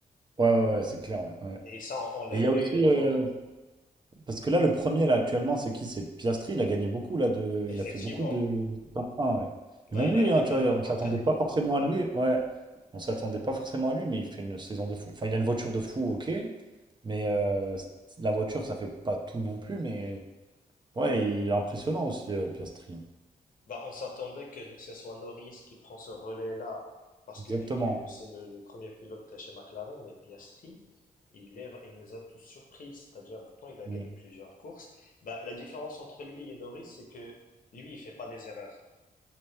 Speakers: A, on the right; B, on the left.
A: ouais, ouais, ouais, c'est clair, ouais, ouais.
B: Et ça, on, on l'a
A: Et il y a
B: vu
A: aussi... euh,
B: dans,
A: Parce que là, le premier, là, actuellement, c'est qui? C'est Piastri. Il a gagné beaucoup, là, de...
B: effectivement.
A: il a fait beaucoup de. de top 1, ouais.
B: Bah,
A: Et même
B: il a,
A: lui,
B: il
A: hein,
B: a gagné
A: tu vois,
B: au
A: on
B: moins
A: s'attendait
B: quatre.
A: pas forcément à lui. Ouais, on s'attendait pas forcément à lui, mais il fait une saison de fou. Enfin, il a une voiture de fou, ok. Mais euh, la voiture, ça fait pas tout non plus. Mais ouais, il est impressionnant aussi, euh, Piastri. hein.
B: Bah, on s'attendait que ce soit Norris qui prend ce relais-là, parce
A: Exactement.
B: que vu que c'est le, le premier pilote chez McLaren, mais Piastri, il est, il nous a tous surpris. C'est-à-dire maintenant, il a
A: Ouais,
B: gagné plusieurs courses. Bah, la différence entre lui et Norris, c'est que lui, il fait pas des erreurs.